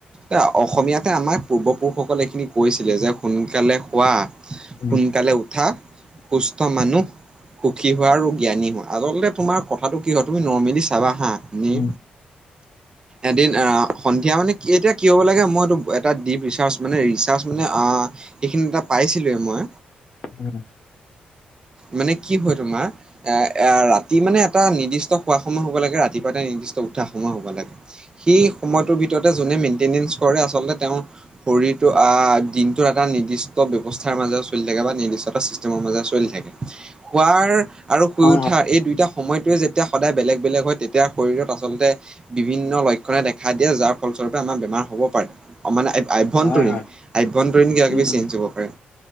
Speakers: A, on the right; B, on the left.
A: এ অসমীয়াতে আমাৰ পূৰ্বপুৰুষসকল এইখিনি কৈছিলে যে‌ সোনকালে সোনকালে খোৱা
B: উম
A: সোনকালে উঠা। সুস্থ মানুহ সুখী হোৱা আৰু জ্ঞানী হোৱা আচলতে তোমাৰ কথাটো কি হয় তুমি নৰ্মেলি মেলি চাবা হা এনেই
B: উম
A: এদিন সন্ধিয়া মানে এতিয়া কি হ'ব লাগে মইতটো এটা ডিপ ৰিচাৰ্জ মানে ৰিচাৰ্জ মানে এইখিনি এটা পাইছিলোৱে মই
B: হয় <inaudible>
A: মানে কি হয় তোমাৰ এ এ ৰাতি মানে এটা নিৰ্দিষ্ট খোৱা সময় হব লাগে ৰাতিপুৱা এটা নিৰ্দিষ্ট উঠা সময় হব লাগে। সেই সময়টোৰ ভিতৰতে যোনে মেইনটেনেঞ্চ কৰে আচলতে তেওঁ শৰীৰটো দিনটোৰ এটা নিৰ্দিষ্ট ব্যৱস্থাৰ মাজেৰেও চলি থাকে বা নিৰ্দিষ্ট এটা ছিষ্টেমৰ মাজেৰে চলি থাকে। খোৱাৰ আৰু শুই
B: হয়
A: উঠা
B: হয়
A: এই দুইটা সময়টোৱে যেতিয়া যেতিয়া সদায় বেলেগ বেলেগ হয় তেতিয়া শৰীৰত আচলতে বিভিন্ন লক্ষণে দেখা দিয়ে যাৰ ফলস্বৰূপে আমাৰ বেমাৰ হব পাৰে মানে আই আভ্যন্তৰীণ
B: হয় হয়।
A: আভ্যন্তৰীণ কিবা
B: উম
A: কিবি
B: উম
A: চেঞ্জ হব পাৰে